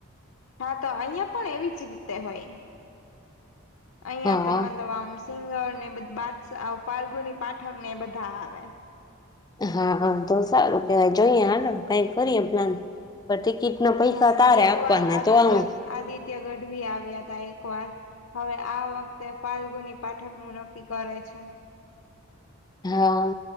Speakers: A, on the left; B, on the left.
A: હા તો અહિયાં પણ એવી જ રીતે હોય. અહિયાં
B: હા
A: તો મતલબ આમ <unintelligible> ને બ બાદ સા આ ફાલ્ગુની પાઠક ને બધા આવે.
B: હા હા તો સારું કેવાય જોઈએ હા કઈ કરીએ પ્લાન. પણ ટિકિટ ના પૈસા
A: હા
B: તારે
A: એક
B: આપવાના
A: વાર આદિત્ય
B: તો આવું
A: આદિત્ય ગઢવી આવ્યા હતા એક ક વાર હવે આ વખતે ફાલ્ગુની પાઠક નું નક્કી કરે છે.
B: હા.